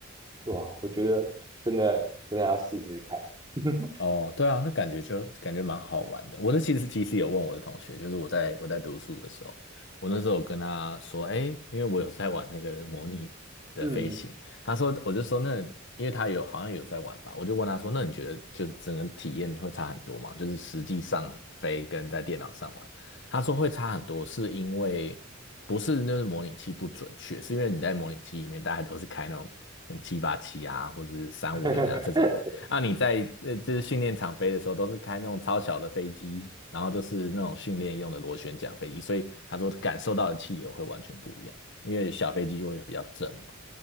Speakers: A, on the right; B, on the left.
A: 哇，我觉得真的真的要试试看。<laughs>
B: 哦，对啊，那感觉就感觉蛮好玩的。我那其实其实有问我的同学，就是我在我在读书的时候，我那时候有跟他说，哎，因为我有在玩那个模拟的飞行，
A: 嗯嗯，
B: 他说我就说那因为他有好像有在玩吧，我就问他说，那你觉得就是整个体验会差很多吗？就是实际上飞跟在电脑上玩，他说会差很多，是因为不是那个模拟器不准确，是因为你在模拟器里面大家都是开那种很七八七啊，或者是三五零啊这种的。
A: <laughs>
B: 那你在呃，就是训练场飞的时候，都是开那种超小的飞机，然后就是那种训练用的螺旋桨飞机，所以他说感受到的气流会完全不一样，因为小飞机就会比较正嘛。